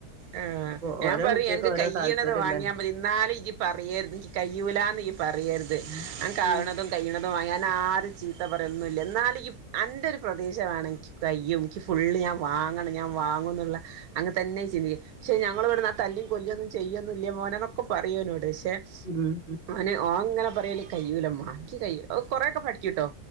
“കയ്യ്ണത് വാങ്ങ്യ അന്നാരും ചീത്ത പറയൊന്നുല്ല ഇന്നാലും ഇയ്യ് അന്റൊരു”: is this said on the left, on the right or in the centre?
Right